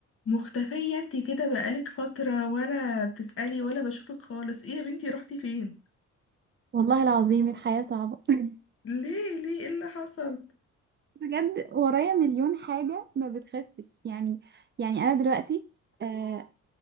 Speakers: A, on the left; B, on the right.
A: مختفية انتي كده بقالك فترة ولا بتسألي ولا بشوفك خالص ايه يا بنتي روحتي فين؟
B: والله العظيم الحياة صعبة <laughs>
A: ليه ليه ايه اللي حصل؟
B: بجد ورايا مليون حاجة ما بتخفش يعني يعني أنا دلوقتي آه